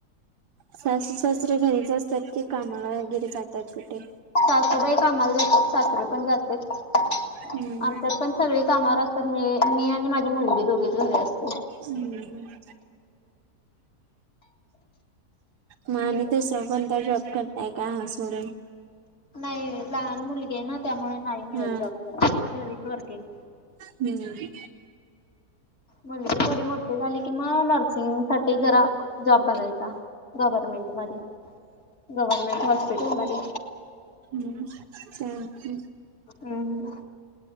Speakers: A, on the right (about 85°); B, on the left (about 45°).
A: सासू सासरे घरीच असतात की कामाला वगैरे जातात कुठे?
B: सासूबाई कामाला जातात सासरे पण जातात आमच्यात
A: हम्म
B: पण सगळे कामावर असतात मी मी आणि माझी मुलगी दोघीच घरी असतो.
A: हूं हूं म आणि
B: मी
A: दुसरा कोणता जॉब करताय का हा सोडून
B: नाही लहान मुलगी हाय ना त्यामुळे नाही मिळत
A: हा
B: जॉब करायला घरीच वर्किंग
A: हम्म
B: मुलगी थोडी मोठी झाली की म नर्सिंग साठी जरा जॉब बघायचा. गव्हर्नमेंट मध्ये गव्हर्मेंट हॉस्पिटलमध्ये
A: हम्म चालतंय
B: हम्.